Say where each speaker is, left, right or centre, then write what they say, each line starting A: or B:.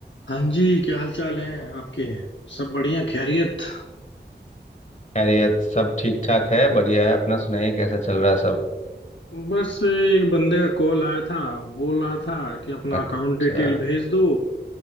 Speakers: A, on the left (about 80°); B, on the left (about 40°).
A: हाँ जी क्या हाल चाल है आपके सब बढ़िया खैरियत
B: खैरियत सब ठीक ठाक है बढ़िया है अपना सुनाइए कैसा चल रहा है सब
A: बस एक बंदे का कॉल आया था बोल रहा था कि अपना
B: अच्छा
A: अकाउंट डिटेल भेज दो